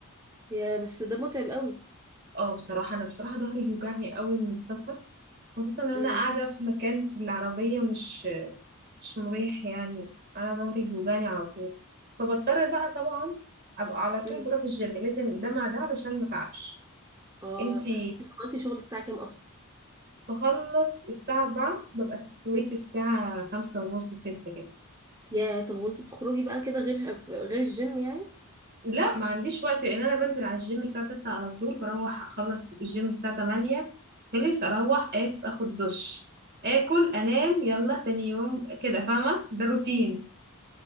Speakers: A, on the right; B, on the right.
A: يا بس ده متعب قوي
B: اه بصراحة أنا بصراحة ظهري بيوجعني قوي من السفر خصوصا ان انا
A: امم
B: قاعده في مكان في العربيه مش مش مريح يعني انا ظهري بيوجعني على طول فبضطر بقى طبعا ابقى على طول
A: امم
B: بروح الجيم لازم ده مع ده علشان ما تعبش
A: اه
B: انتي
A: انتي بتخلصي شغل الساعه كام اصلا
B: بخلص الساعه 4 ببقى في السويس
A: مم.
B: الساعه خمسة ونص ستة كده
A: يا طب وانتي بتخرجي بقى كده غير غير الجيم يعني
B: لا ما عنديش وقت لان انا بنزل على الجيم الساعه 6 على طول بروح اخلص الجيم الساعه 8 خلص اروح آك- اخد دش اكل انام يلا تاني يوم كده فاهمه ده روتين